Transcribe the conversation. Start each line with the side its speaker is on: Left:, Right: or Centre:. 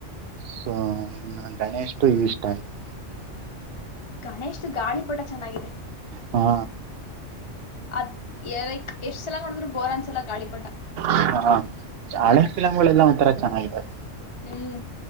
Right: ಸೋ ಇನ್ನ ಗಣೇಶದು ಇನ್ನ ಇಷ್ಟ ಆಯ್ತು.
Left: ಗಣೇಶದು ಗಾಳಿಪಟ ಚೆನ್ನಾಗಿದೆ.
Right: ಹಾ.
Left: ಅದ್ ಎ ಎಷ್ಟ್ ಸಲ ನೋಡಿದ್ರರು ಬೋರ್ ಅನ್ಸಲ ಗಾಳಿಪಟ
Right: ಹಾ ಹಳೆ ಪಿಲ್ಮ್ ಗೋಳ ಎಲ್ಲಾ ಒಂಥರ ಚೆನ್ನಾಗ ಇದಾವೆ.
Left: ಹ್ಮ್